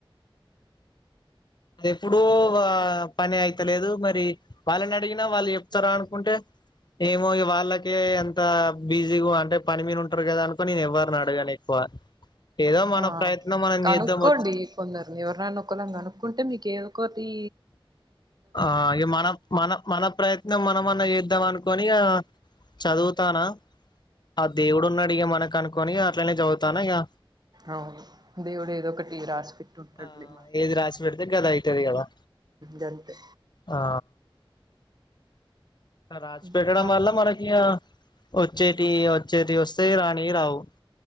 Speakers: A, on the left; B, on the right.
A: అ ఎప్పుడూ పని అయితలేదు మరి వాళ్ళని అడిగినా వాళ్ళు చెప్తారా అనుకుంటే ఏమో ఇగ వాళ్ళకే ఎంత బిజీగా అంటే పని మీను ఉంటారు కదా అనుకోని నేను ఎవ్వరని అడగాను ఎక్కువ ఏదో మన
B: ఆ
A: ప్రయత్నం మనం
B: కనుకోండి
A: చేద్దాం వచ్చి
B: కొందరి ఎవరినైనా కొందరిని కొనుక్ కుంటే మీకేదో కొన్ని
A: ఆ ఇగ్ మన మన మన ప్రయత్నం మనమన్నా చేద్దాం అనుకొని ఇగ చదువుతానా ఆ దేవుడు ఉన్నాడు ఇగ మన్ మనకు అనుకొని అట్లనే చదువుతా ఇగా
B: అవును దేవుడు ఏదో ఒకటిటీరాసిపేట్ తుంటాడు
A: ఆ
B: మాన కోసం
A: ఏది రాసి పెడితే గది అయితది కదా
B: గంతే
A: ఆ రాసిపేటడం
B: ఇంకా
A: వల్ల మనకి వచ్చేటి వచ్చేటి వస్తేయి రాణియి రావు